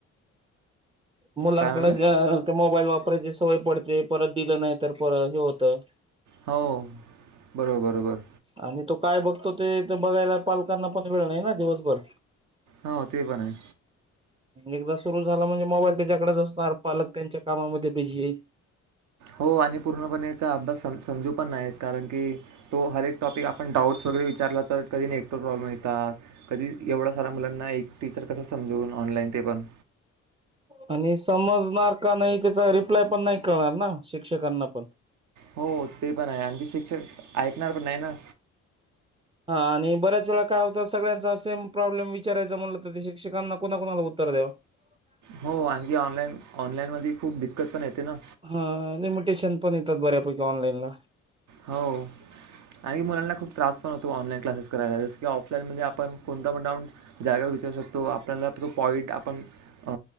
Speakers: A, on the right; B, on the right.
A: मुलांकड
B: काय म्हणलं
A: ते मोबाईल वापरायची सवय पडते, परत दिलं नाही तर पर हे होतं.
B: हो बरोबर-बरोबर.
A: आणि तो काय बघतो, ते बघायला पालकांना पण वेळ नाही ना दिवसभर.
B: हो ते पण आहे.
A: एकदा सुरु झाला म्हणजे मोबाईल त्याच्याकडेच असणार, पालक त्यांच्या कामामध्ये बीजी.
B: हो आणि पूर्णपणे इथ अभ्यास समजू पण नाही येत कारण की तो हर एक टॉपिक आपण डाऊट्स वगैरे विचारला तर कधी नेटवर्क प्रॉब्लेम येतात कधी एवढा सारा मुलांना एक टीचर कसा समजवून ऑनलाईन ते पण
A: आणि समजणार का नाही त्याचा रिप्लाय पण नाही कळणार ना शिक्षकांना पण
B: हो ते पण आहे आणखी शिक्षक ऐकणार पण नाही ना
A: हा आणि बऱ्याच वेळा काय होत सगळ्यांचा सेम प्रॉब्लेम विचारायचा म्हणलं तर शिक्षकांना कोणाकणाला उत्त - <unintelligible>
B: हो आणखी ऑनलाईन ऑनलाईन मध्ये खूप दिक्कत पण येते ना
A: हा लिमिटेशन पण येतात बऱ्यापैकी ऑनलाईनला
B: हो अनेक मुलांना खूप त्रास पण होतो ऑनलाईन क्लासेस करायला जस की ऑफलाईन मध्ये आपण कोणता पण डाउट जागेवर विचारू शकतो आपला पॉइंट आपण अ